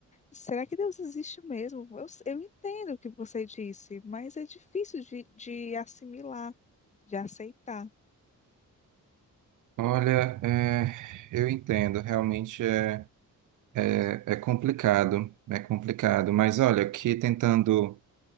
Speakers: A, on the left; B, on the right.
A: Será que Deus existe mesmo? Eu, eu entendo o que você disse, mas é difícil de, de assimilar, de aceitar.
B: Olha, é, eu entendo, realmente é, é, é complicado, é complicado, mas olha, aqui tentando,